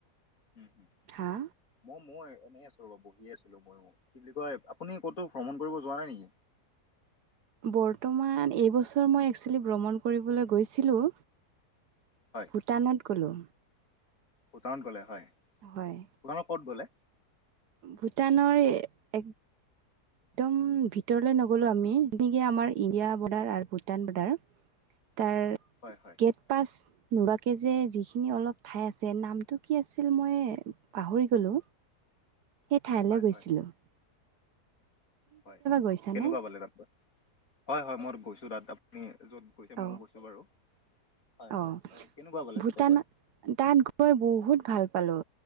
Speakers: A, on the left; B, on the right.
A: <unintelligible>
B: হা
A: ম মই এনেই আছো। তল বহি আছিলো মই অ, কি বুলি কয় আপুনি ক'তো ভ্ৰমণ কৰিব যোৱা নাই নেকি?
B: বৰ্তমান এইবছৰ মই একচুৱেলি ভ্ৰমণ কৰিবলৈ গৈছিলো।
A: হয়
B: ভূটানত গ'লো।
A: ভূটানত গ'লে হয়।
B: হয়।
A: ভূটান ক'ত গ'লে?
B: ভূটানৰ এক তম ভিতৰলে নগলো আমি যেনেকে আমাৰ ইণ্ডিয়া বৰ্ডাৰ আৰু ভূটান বৰ্ডাৰ। তাৰ
A: হয় হয়।
B: গেট পাচ নোবাকে যে যিখিনি অলপ ঠাই আছে নামটো কি আছিল মই পাহৰি গ'লো। সে ঠাইলৈ
A: হয়
B: গৈছিলোঁ।
A: হয় হয়
B: গৈছানে
A: কেনেকুৱা পালে তাত গৈ হয় হয় মই গৈছো তাত আপুনি য'ত গৈছে ময়ো
B: অ
A: গৈছো বাৰু। হয় হয়
B: অ
A: কেনেকুৱা বলে
B: ভূটান
A: তাতে গৈ
B: তাত গৈ বহুত ভাল পালো